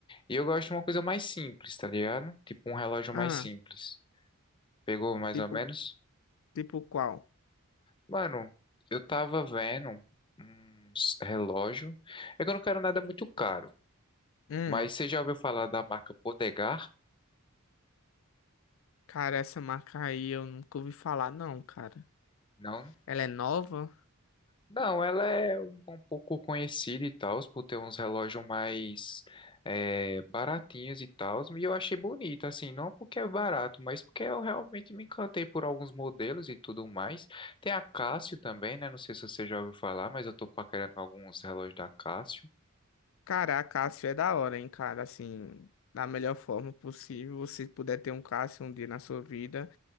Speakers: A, on the left; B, on the left.
A: E eu gosto de uma coisa mais simples, tá ligado? Tipo um relógio
B: Ah,
A: mais simples. Pegou mais
B: tipo,
A: ou menos?
B: tipo qual?
A: Mano, eu tava vendo uns relógio. É que eu não quero nada muito caro.
B: Hum,
A: Mas você já ouviu falar da marca Podegar?
B: cara, essa marca aí eu nunca ouvi falar não, cara.
A: Não?
B: Ela é nova?
A: Não, ela é um, um pouco conhecida e tal, por ter uns relógios mais é, baratinhos e tal. E eu achei bonita, assim, não porque é barato, mas porque eu realmente me encantei por alguns modelos e tudo mais. Tem a Casio também, né? Não sei se você já ouviu falar, mas eu tô paquerando alguns relógios da Casio.
B: Cara, a Cássio é da hora, hein, cara, assim, da melhor forma possível, você puder ter um Cássio um dia na sua vida.